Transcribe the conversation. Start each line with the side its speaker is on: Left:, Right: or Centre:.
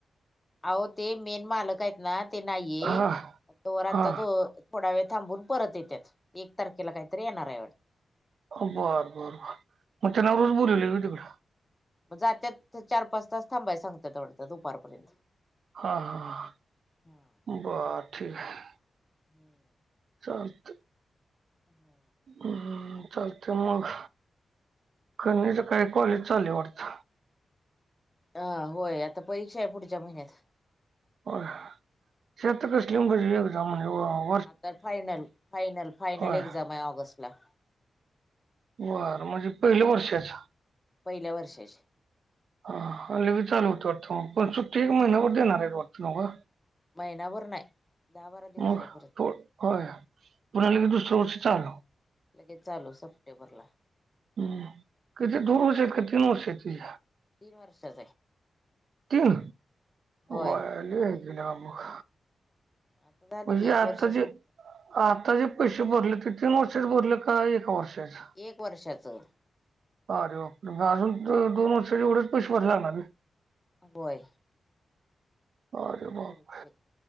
Left: अहो ते मेन मालक आहेत ना ते नाहीये
Right: हा
Left: तो रा
Right: हा
Left: आता दो थोडा वेळ थांबून परत येत्यात, एक तारखेला काहीतरी येणार आहे वाट
Right: बर बर बर मग त्यांना पण बोलाविले म तिकडं.
Left: मग जात्यात ते चार-पाच तास थांबाय सांगतात तेवढा तर दुपारपर्यंत.
Right: हा हा.
Left: हां.
Right: बर ठीक आहे.
Left: <unintelligible>
Right: चालतं.
Left: आ हा.
Right: उम्म हम्म चालते मग कन्याचे काही कॉलेज चाललय वाटतं.
Left: हा होय आता परीक्षा आहे पुढच्या महिन्यात.
Right: होय <unintelligible> कसली <unintelligible> एक्झाम म्हणे ओ
Left: आता फायनल फायनल फायनल
Right: होय
Left: एक्झाम आहे ऑगस्ट ला.
Right: बरं म्हणजे पहिल्या वर्षाचा.
Left: पहिल्या वर्षाचे.
Right: हा हा लगेच चालू होतं वाटथाम पण सुट्टी एक महिन्यावर देणार आहे वाटतं ना वय.
Left: महिनाभर नाय दहा बारा दिवस
Right: मग
Left: आहे परत.
Right: थो होय. पुन्हा लगेच
Left: हा
Right: दुसरं वर्ष चालू.
Left: लगेच चालू सप्टेंबर ला.
Right: हम्म किती दोन वर्ष आहेत का तीन वर्षाची?
Left: तीन वर्षा.
Right: तीन
Left: होय
Right: वय लय आहे की ना मग.
Left: आता झालं
Right: म्हणजे
Left: की एक
Right: आता
Left: वर्ष
Right: जे
Left: संपलं
Right: आता जे पैशे भरले ते तीन वर्षाचे भरले का एक वर्षाचं?
Left: एक वर्षाचं.
Right: अरे बापरे! म अजून दो दोन वर्षाचे एवढे पैसे भरणार ना बी.
Left: होय.
Right: अरे बाप
Left: बहुतेक